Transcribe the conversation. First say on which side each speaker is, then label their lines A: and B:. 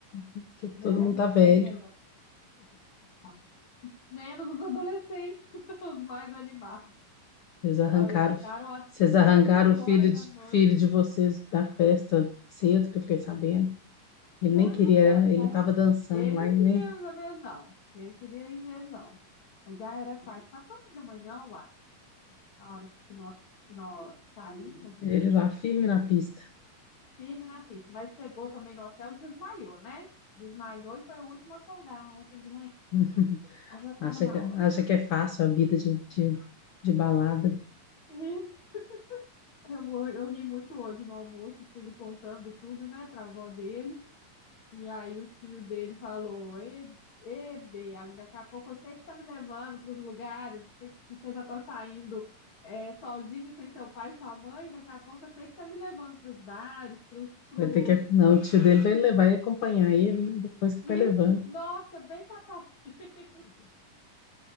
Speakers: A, on the left (about 75°); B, on the left (about 40°).
A: Porque
B: né?
A: todo mundo tá velho.
B: Bem melhor. tá Menos os adolescentes, <laughs> os mais animados.
A: Vocês arrancaram,
B: Aí eles ficaram até
A: vocês arrancaram
B: 10
A: o filho
B: horas
A: de,
B: da noite.
A: filho de vocês da festa cedo, que eu fiquei sabendo. Ele
B: Nada,
A: nem queria, ele
B: saiu.
A: tava dançando
B: Ele
A: lá
B: não
A: e
B: queria
A: nem
B: ir na mesa, não. Ele queria ir mesmo, não. Mas já era quase 4 horas da manhã, uai. Na hora que nós, que nós saímos,
A: ele lá firme na pista.
B: firme na pista. Mas chegou também no hotel, desmaiou, né? Desmaiou e foi o último a acordar ontem de manhã.
A: <laughs>
B: Então já estava
A: Acha
B: na
A: que, acha
B: hora.
A: que é fácil a vida de, de, de balada.
B: <laughs> Eu, eu ri muito hoje no almoço, que ele contando tudo, né, pra avó dele. E aí o tio dele falou, e, e Bea, daqui a pouco você que está me levando para os lugares, você que- você já está saindo é, sozinho, sem seu pai, sua mãe, daqui a pouco você que está me levando para os bares, para os... Pros...
A: Vai ter que, não, o tio dele vai levar e acompanhar ele, né? Depois que
B: pros-
A: vai levando.
B: Nossa, bem capaz. <laughs>